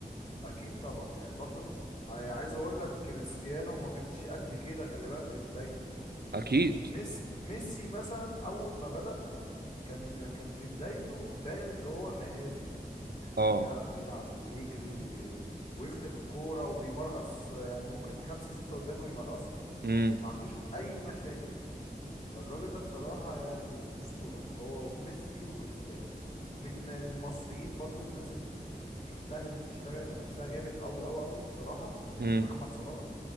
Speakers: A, on the left; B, on the right.
A: اكيد طبعا يعني برضو عاي- عايز اقول لك كريستيانو ما كانش قد كده خلي بالك في بدايته يعني
B: اكيد
A: ميس ميسي مثلا اول ما بدأ كان كان في بدايته باين اللي هو مهاري يعني
B: اه
A: بيعرف اه يلعب وبيجري و... ويختفي الكورة وبيمرقص يعني ممكن خمسة ستة قدامه يمرقصوا
B: امم
A: ما عندوش مم. اي مشاكل فالراجل ده بصراحة يعني أسطورة هو ميسي وكريستيانو ومن المصريين برضو الناس اللي اللي اجتهدت واشتغلت على نفسها جامد أوي أوي أوي بصراحة
B: امم
A: محمد صلاح صلاح